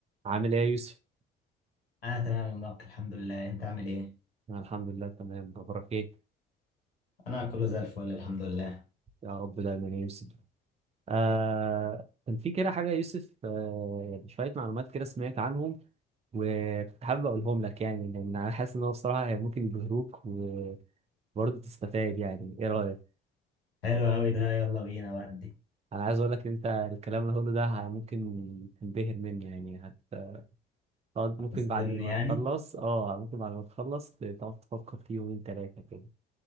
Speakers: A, on the right (about 20°); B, on the left (about 85°).
A: عامل ايه يا يوسف؟
B: انا تمام يا مبارك الحمد لله انت عامل ايه
A: أنا الحمد لله تمام اخبارك ايه؟
B: انا كله زي الفل الحمد لله
A: يا رب دايما يا يوسف. آه كان في كده حاجة يا يوسف آه يعني شوية معلومات كده سمعت عنهم وكنت حابب اقولهم لك يعني لان انا حاسس ان هو الصراحة هي ممكن يبهروك وبرضه تستفاد يعني ايه رأيك؟
B: حلو قوي ده يلا بينا ودي
A: انا عايز اقول لك ان انت الكلام اللي هقوله ده ه- ممكن تنبهر منه يعني هتقعد ممكن
B: هتصدمني
A: بعد ما
B: يعني
A: تخلص اه ممكن بعد ما تخلص تقعد تفكر فيه يومين ثلاثة كده.